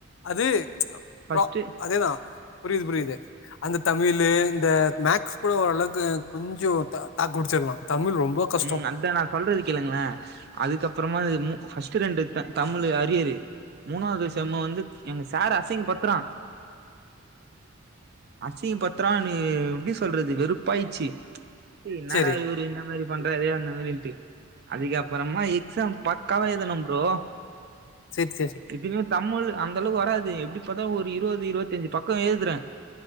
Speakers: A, on the left; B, on the right.
A: அது
B: ஃபஸ்ட்டு
A: வா அதேதா புரியிது புரியிது அந்த தமிழு இந்த மேக்ஸ் கூட ஓரளவுக்கு கொஞ்சோ தாக்கு புடிச்சிடலா தமிழ் ரொம்ப கஷ்டோ
B: உம் அதா நா சொல்றது கேளுங்களே அதுக்கப்புறமாது மூ பஸ்ட்டு ரெண்டு த தமிழு அரியரு மூணாவது செம்மு வந்து எங் சாரு அசிங்க படுத்துரா அசிங்க படுத்துரானு எப்டி சொல்றது வெறுப்பாயிச்சி சி இன்னடா
A: செரி
B: இவரு பண்றாறே அந்த மாரின்ட்டு அதுக்கப்பறமா எக்ஸாம் பக்காவா எழுதுன ஃப்ரோ
A: செர் செரி
B: எப்பிமே தமிழ் அந்த அளவுக்கு வராது எப்டி பார்த்தா ஒரு இருபது இருவத்தி அஞ்சு பக்கோ எழுதுறே